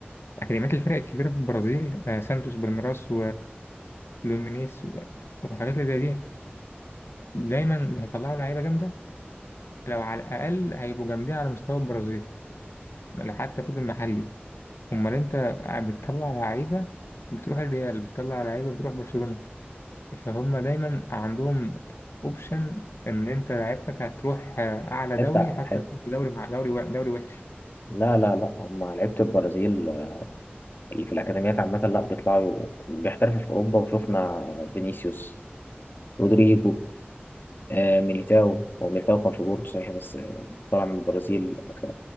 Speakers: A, on the left; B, on the left.
A: اكاديميات الفرق الكبيره في البرازيل آه، سانتوس وبالميراس وفلومينيس و- وحاجات اللي زي دي دايما هيطلعوا لعيبه جامده لو على الاقل هيبقوا جامدين على مستوى البرازيل لو حتى فضل محلي امال انت بتطلع لعيبه بتروح الريال بتطلع لعيبه بتروح برشلونه فهم دايما عندهم اوبشن ان انت لعيبتك هتروح آه، اعلى
B: حتة
A: دوري حتى
B: حتة
A: لو انت دوري مع دوري وح- دوري وحش
B: لا لا لا هم لعيبة البرازيل اللي في الأكاديميات عامة لا بيطلعوا يو- بيحترفوا في أوروبا وشفنا فينيسيوس رودريجو آه، ميليتاو هو ميليتاو كان في بورتو صحيح بس آه، طلع من البرازيل ف-